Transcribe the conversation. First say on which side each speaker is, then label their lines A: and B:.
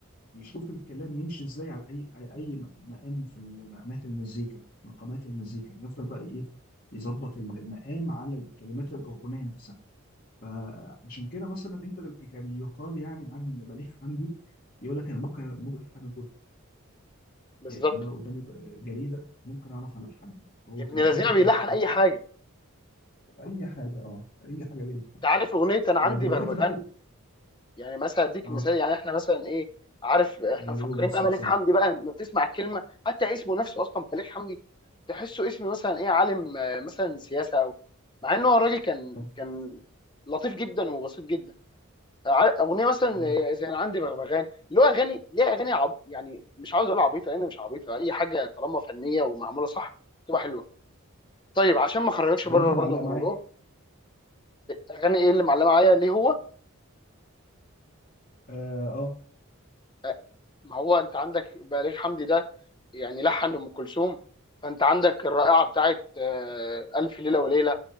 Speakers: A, on the left; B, on the left.
A: يشوف الكلام يمشي ازاي على اي على اي م- مقام في مقامات المزيكا مقامات المزيكا يعني يفضل بقى ايه يظبط ال- المقام على كلمات الاغنيه نفسها فعشان كده مثلا انت دل- كان يقال يعني عن بليغ حمدي يقول لك انا ممكن ممكن الحن
B: بالظبط
A: يعني انا لو قدامي جريده ممكن اعرف الحنها يعني هو
B: ابن
A: كان
B: لذينه
A: شاطر
B: بيلحن
A: قوي في الحته
B: اي حاجه
A: دي اي حاجه اه اي حاجه بيلحن
B: انت عارف اغنيه انا عندي
A: آه، دلوقتي
B: بغبغان
A: بقى
B: يعني مثلا اديك
A: اه
B: مثال يعني احنا مثلا ايه عارف احنا
A: غلباوي
B: مفكرين
A: نص
B: بقى ملك
A: لسان
B: حمدي بقى لما بتسمع الكلمه حتى اسمه نفسه اصلا ملك حمدي تحسه اسم مثلا ايه عالم آه، مثلا سياسه او مع انه هو الراجل كان
A: آه،
B: كان لطيف جدا وبسيط جدا ع- اغنيه مثلا
A: مم.
B: زي زي انا عندي بغبغان اللي هو اغاني ليها اغاني عب... يعني مش عاوز اقول عبيطه لان مش عبيطه اي حاجه طالما فنيه ومعموله صح تبقى حلوه طيب عشان ما اخرجكش
A: ده
B: بره
A: اللي هي
B: برضو
A: معلقه
B: الموضوع
A: معاك
B: اغاني ايه اللي معلمه معايا ليه هو
A: اه اه
B: أه، ما هو انت عندك بليغ حمدي ده يعني لحن ام كلثوم فانت عندك الرائعه بتاعت آه، الف ليله وليله